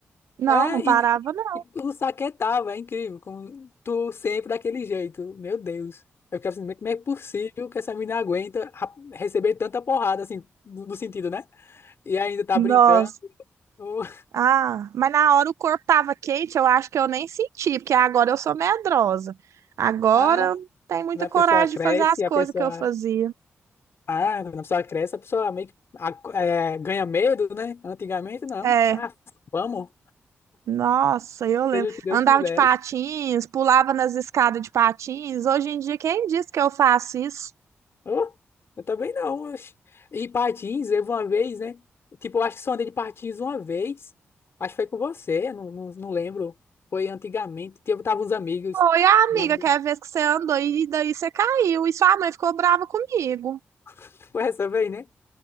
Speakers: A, on the right; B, on the left.
A: Não,
B: É,
A: não parava,
B: e,
A: não.
B: e o saquetava, é incrível, como tu sempre daquele jeito. Meu Deus. Eu quero saber como é possível que essa menina aguenta ra- receber tanta porrada, assim, no, no sentido, né? E ainda tá
A: Nossa.
B: brincando. <laughs>
A: Ah, mas na hora o corpo tava quente, eu acho que eu nem senti, porque agora eu sou medrosa. Agora
B: Ah,
A: eu não tenho muita
B: a
A: coragem
B: pessoa cresce,
A: de fazer as coisas
B: a pessoa.
A: que eu fazia.
B: Ah, quando a pessoa cresce, a pessoa meio que a- é, ganha medo, né? Antigamente, não.
A: É,
B: Ah, vamos,
A: nossa, eu lembro.
B: seja o que Deus
A: Andava
B: quiser.
A: de patins, pulava nas escadas de patins. Hoje em dia, quem disse que eu faço isso?
B: Ô, eu também não. oxe. E patins, eu uma vez, né? Tipo, eu acho que só andei de patins uma vez. Acho que foi com você, não, não, não lembro. Foi antigamente. Eu tava uns amigos.
A: Oi, amiga,
B: Bom,
A: que é a vez que você andou e daí você caiu. E sua mãe ficou brava comigo.
B: <laughs> Foi essa vez, né?